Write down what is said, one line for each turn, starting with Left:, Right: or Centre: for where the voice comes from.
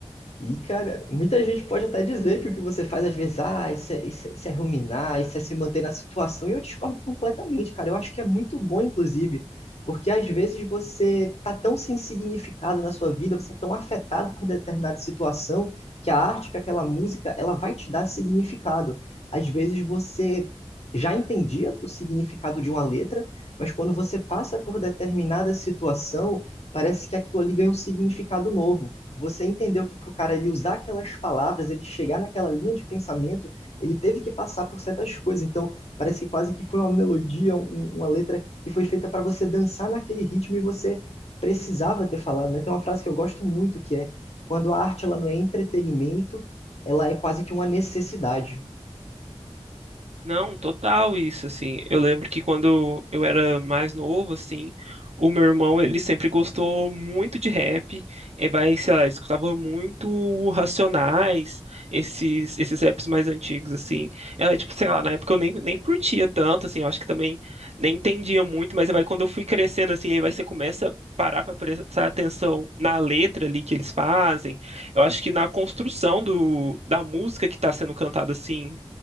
Left: E, cara, muita gente pode até dizer que o que você faz às vezes, ah, isso é, isso é, isso é ruminar, isso é se manter na situação, e eu discordo completamente, cara. Eu acho que é muito bom, inclusive, porque às vezes você tá tão sem significado na sua vida, você é tão afetado por determinada situação, que a arte, que aquela música, ela vai te dar significado. Às vezes você já entendia o significado de uma letra, mas quando você passa por determinada situação, parece que aquilo ali ganha um significado novo. Você entendeu que para o cara ele usar aquelas palavras, ele chegar naquela linha de pensamento, ele teve que passar por certas coisas. Então, parece que quase que foi uma melodia, um- uma letra que foi feita para você dançar naquele ritmo e você precisava ter falado, né? Tem uma frase que eu gosto muito que é: quando a arte ela não é entretenimento, ela é quase que uma necessidade.
Right: Não, total isso, assim. Eu lembro que quando eu era mais novo, assim, o meu irmão, ele sempre gostou muito de rap. E vai, sei lá, escutava muito Racionais, esses, esses raps mais antigos, assim. Era, tipo, sei lá, na época eu nem, nem curtia tanto, assim, eu acho que também nem entendia muito, mas vai, quando eu fui crescendo, assim, aí vai, você começa a parar pra prestar atenção na letra ali que eles fazem. Eu acho que na construção do, da música que tá sendo cantada, assim,